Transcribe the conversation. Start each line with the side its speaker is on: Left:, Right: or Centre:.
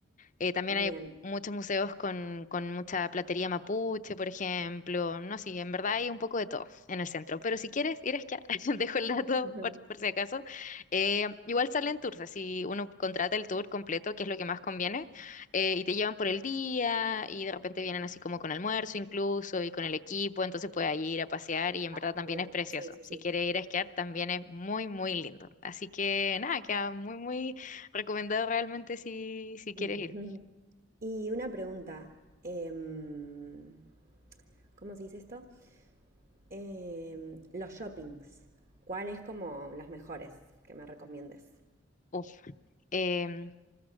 Left: Eh, también
Right: bien.
Left: hay muchos museos con, con mucha platería mapuche, por ejemplo. No, sí, en verdad hay un poco de todo en el centro. Pero si quieres ir a esquiar, <laughs> dejo el dato
Right: Ujú.
Left: por, por si acaso. Eh, igual salen tours, así uno contrata el tour completo, que es lo que más conviene, eh, y te llevan por el día y de repente vienen así como con almuerzo incluso y con el equipo, entonces puedes ahí ir a pasear y en
Right: Ah,
Left: verdad también
Right: bien,
Left: es precioso.
Right: sí, sí,
Left: Si
Right: sí.
Left: quieres ir a esquiar, también es muy, muy lindo. Así que nada, queda muy, muy recomendado realmente si, si quieres
Right: Ujú.
Left: ir.
Right: Y una pregunta, em, ¿cómo se dice esto? Em, los shoppings, ¿cuáles como los mejores que me recomiendes?
Left: Uf, em,